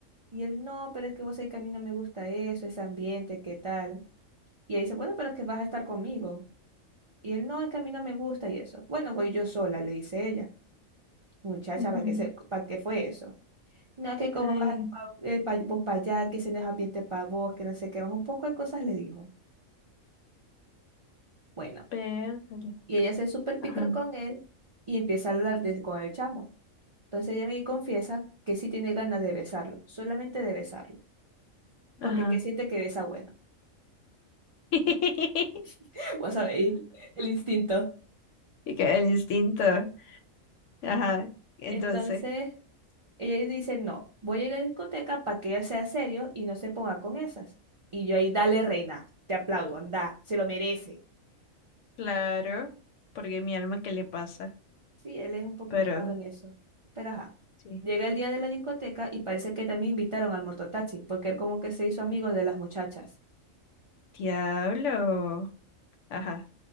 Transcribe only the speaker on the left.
ujú.
Ay,
Pértale.
Ajá,
ajá.
<laughs>
Y que el instinto. Ajá. Entonces,
claro, porque mi alma, ¿qué le pasa?
Pero,
sí.
Diablo. Ajá,